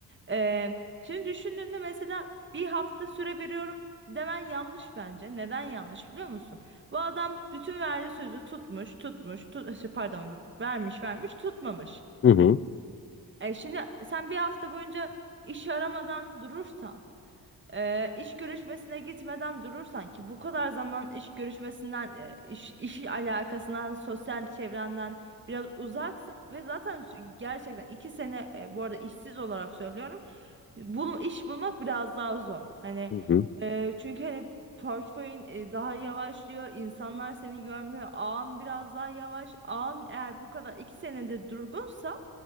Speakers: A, on the right (about 30°); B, on the left (about 35°).
A: Eee, şimdi düşündüğünde mesela bir hafta süre veriyorum demen yanlış bence. Neden yanlış biliyor musun? Bu adam bütün verdiği sözü tutmuş, tutmuş, tut, şey, pardon vermiş, vermiş, tutmamış.
B: Hı hı. Hı hı.
A: E, şimdi sen bir hafta boyunca iş aramadan durursan, e, iş görüşmesine gitmeden durursan ki bu kadar zaman iş görüşmesinden, e, iş, iş alakasından, sosyal çevrenden biraz uzaksın ve zaten gerçekten iki sene, e, bu arada işsiz olarak söylüyorum. Bul, iş bulmak biraz daha zor. Hani
B: Hı hı.
A: e, çünkü hani portföyün e, daha yavaşlıyor. insanlar seni görmüyor. Ağın biraz daha yavaş. Ağın eğer bu kadar iki senede durgunsa